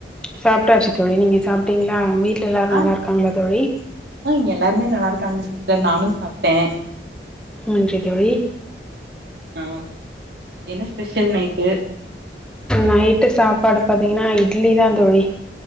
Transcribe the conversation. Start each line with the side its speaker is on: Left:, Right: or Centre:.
Centre: சாப்பிட்டாச்சு தோழி நீங்க சாப்டீங்களா வீட்டில எல்லாரூ
Right: ஆ
Centre: நல்லா இருக்காங்களா தோழி
Right: ஆ இங்க எல்லாருமே நல்லா இருக்காங்க சிஸ்டர் நானூ சாப்ட்டே
Centre: ம் செரி தோழி
Right: ஆ என்ன ஸ்பெஷல் நைட்டு
Centre: நைட்டு சாப்பாடு பார்த்திங்ன்னா இட்லி தா தோழி